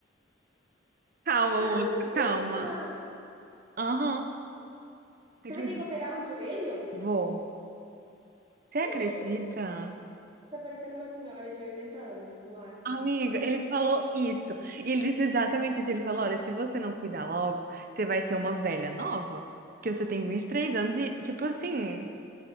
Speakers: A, on the right; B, on the right.
A: calma,
B: Amiga!
A: moço, calma. Aham. Você
B: Você
A: acredita?
B: vai ter que operar o joelho?
A: Vou. Você acredita?
B: Hum, Tá parecendo uma senhora de 80 anos, Luara.
A: Amiga, ele falou isso. E ele disse exatamente isso. Ele falou: olha, se você não cuidar logo, você vai ser uma velha nova, que você tem 23 anos e, tipo assim,